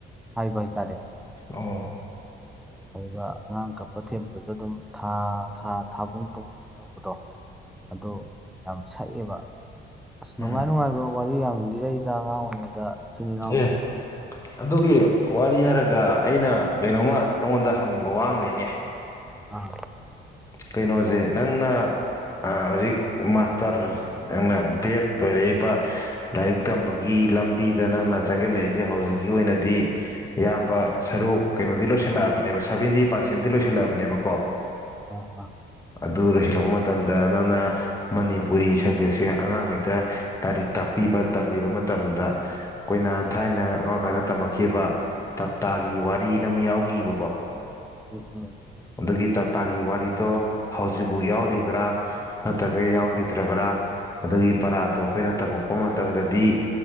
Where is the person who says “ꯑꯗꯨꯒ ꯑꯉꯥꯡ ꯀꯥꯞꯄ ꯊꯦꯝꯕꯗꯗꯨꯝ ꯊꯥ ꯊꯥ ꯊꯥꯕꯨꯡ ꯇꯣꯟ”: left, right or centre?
Centre